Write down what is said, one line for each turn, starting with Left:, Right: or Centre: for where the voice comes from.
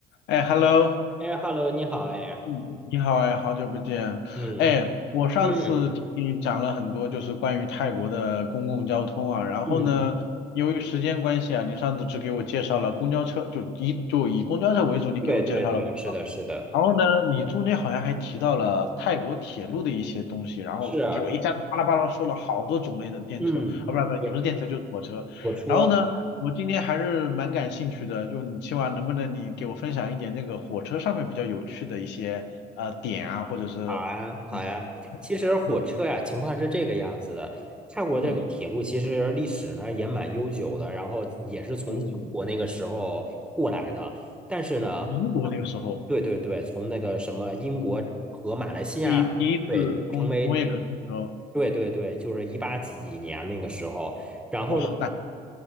Left: 哎，Hello，
Centre: 哎，Hello，你好，哎，
Left: 嗯，你好哎，好久不见。
Centre: 嗯
Left: 哎，我上次听你讲了很多，
Centre: 嗯
Left: 就是关于泰国的公共交通啊。然后呢，
Centre: 嗯，
Left: 由于时间关系啊，你上次只给我介绍了公交车，就以就以公交车为主，你给我介绍了
Centre: 对对对，是的，是的，
Left: 然后呢，你中间好像还提到了泰国铁路的一些东西，然后给我一下子巴拉巴拉说了好多种类的电车，
Centre: 是啊，嗯，
Left: 啊，不是不是，
Centre: 对，
Left: 也不是电车就是火车。
Centre: 火车，
Left: 然后呢，我今天还是蛮感兴趣的，就你今晚能不能你给我分享一点那个火车上面比较有趣的一些呃点啊，或者是嗯
Centre: 好啊，好呀。其实火车呀，
Left: 嗯
Centre: 情况是这个样子的。泰国这个铁路其实历史呢也蛮悠久的，
Left: 嗯，
Centre: 然后也是从英国那个时候过来的。
Left: 哦，
Centre: 但是呢，
Left: 英国那个时候，
Centre: 泰国对对对，从那个什么英国和马来西亚，
Left: 嗯，第第一次工工业革命的时候，
Centre: 对，成为，对对对，就是一八几几年那个时候。然后呢，
Left: 哇，那